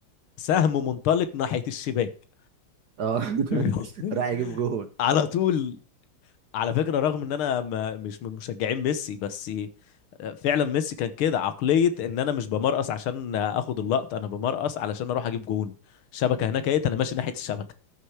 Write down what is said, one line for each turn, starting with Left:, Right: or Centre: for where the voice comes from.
Left: سهم منطلق ناحيه الشباك
Right: اه <laughs>
Left: <laughs>
Right: راح يجيب جون
Left: على طول على فكرة رغم ان انا ما مش من مشجعين ميسي بس فعلا ميسي كان كده عقلية ان انا مش بمرقص عشان اخد اللقطة انا بمرقص علشان اروح اجيب جون الشبكة هناك ايه انا ماشي ناحية الشبكة